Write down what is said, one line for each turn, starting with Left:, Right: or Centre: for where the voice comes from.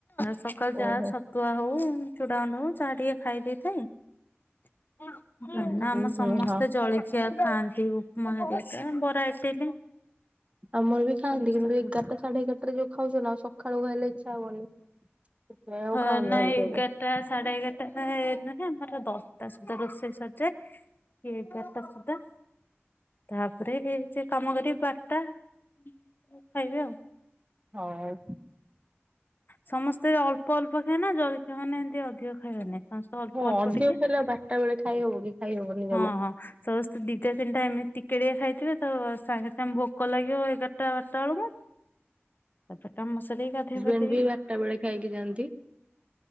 Left: ସକାଳୁ ଯାହା
Right: ଓହୋ
Left: ଛ ଛତୁଆ ହଉ ଚୁଡ଼ାଗୁଣ୍ଡ ହଉ ଜାହା ଟିକେ ଖାଇ ଦେଇଥାଏ
Right: ହୁଁ
Left: ଆମ
Right: ହୁଁ
Left: ସମସ୍ତେ
Right: ହଁ
Left: ଜଳି ଖାଆନ୍ତି ଉପମା ଘରିକା ବରା, ଇଟିଲି
Right: ଆମର ବି ଖାନ୍ତି
Left: ସମସ୍ତେ
Right: କିନ୍ତୁ
Left: ହଁ
Right: ଏଗାରାଟା ସାଢେ ଏଗାରଟାରେ ଯୋଉ ଖାଉଥିଲ ସକାଳୁ ଖାଇଲେ ଇଚ୍ଛା ହବନି! ନାଇଁ ଆଉ
Left: ହଁ,
Right: ଖାଉନାହାନ୍ତି
Left: ନାଇ ଏଗାରଟା
Right: ଏବେ
Left: ସାଢ଼େ ଏଗାରଟା ଟା ନୁହେଁ ଆମର ଦଶଟା ସୁଦ୍ଧା ରୋଷେଇ ସରିଯାଏ ଏଗାରଟା ସୁଦ୍ଧା ତାପରେ ଏ ଯେ କାମ କରି ବାରଟା, ଖାଇବେ ଆଉ!
Right: ହଉ!
Left: ସମସ୍ତେ ଅଳ୍ପ ଅଳ୍ପ ଖାଆନ୍ତି ନା ଜଳଖିଆ ମାନେ ଏମିତି ଅଧିକ! ଖାଇବେନି ସମସ୍ତେ ଅଳ୍ପ
Right: ହଁ
Left: ଅଳ୍ପ
Right: ଅଧିକ
Left: ଟିକେ
Right: ଖାଇଲେ ବାରଟା ବେଳେ ଖାଇ ହବ କି ଖାଇ ହବନି ଜମା
Left: ହଁ ହଁ! ସମସ୍ତେ ଦିଟା ତିନିଟା ଏମିତି ଟିକେ ଟିକେ ଖାଇଥିବେ ତ ସାଙ୍ଗେ ସାଙ୍ଗେ ଭୋକ ଲାଗିବ ଏଗାରଟା ବାରଟା ବେଳକୁ
Right: <unintelligible>
Left: ତା ପରେ କାମ ସାରିକି ଗାଧୁଆ ପାଧୁଆ
Right: କରି ବାରଟା ବେଳେ ଖାଇକି ଯାଆନ୍ତି!